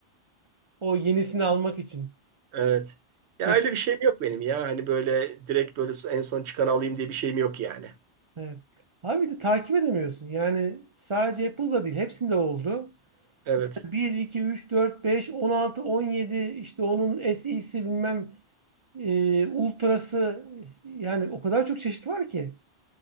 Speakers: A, on the right (about 40°); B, on the right (about 70°).
A: <laughs> o yenisini almak için.
B: evet. Ya
A: Geçen,
B: öyle bir şeyim yok benim ya. Hani böyle direkt böyle en son çıkanı alayım diye bir şeyim yok yani.
A: evet. Abi bir de takip edemiyorsun. Yani sadece Apple'da değil hepsinde oldu.
B: Evet.
A: bir iki üç dört beş on altı on yedi işte onun SE'si bilmem e, Ultra'sı yani o kadar çok çeşit var ki.